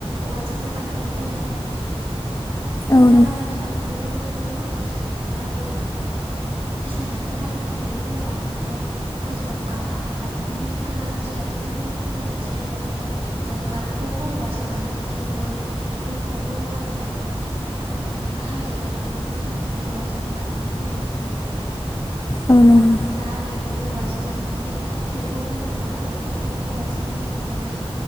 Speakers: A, on the right; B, on the left.
A: औवाजोंनो बानायनाय जायो आरो नोंथां
B: औ
A: आरो दादा
B: नंगौ
A: नाथा बेखौबो जोङो माबायाव बिदिनो हिसान दानायाव बाहायनाय जायो बेबो औवानिनो आरो आरो जंगाल आबादारिनि गोनां जिरादफोरनो बुंनो बुंनाय जायोबाथायथ जंगालखौबो औवाजों बानायनाय जायो मै मैखौबो आबादारि आबादारिया बाहायो बेखौबो जों औवाजोंनो बानाय जा जायो
B: औ
A: आरो
B: नंगौ
A: दांखुरा बे बेखौबो औवाजों बानायनाय जायो खफ्रिखौ बुङोब्ला खफ्रिखौबो औवाजोंनो हेबनानै